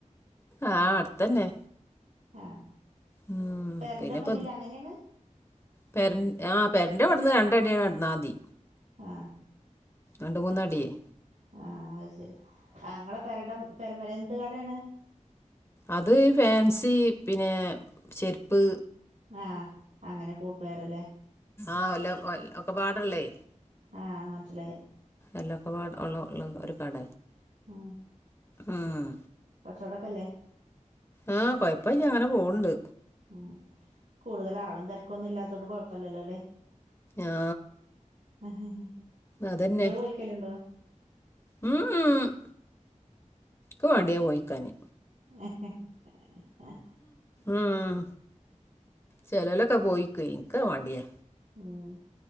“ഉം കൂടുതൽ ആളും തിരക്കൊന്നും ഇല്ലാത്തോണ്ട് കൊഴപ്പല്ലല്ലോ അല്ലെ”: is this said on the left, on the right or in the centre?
Right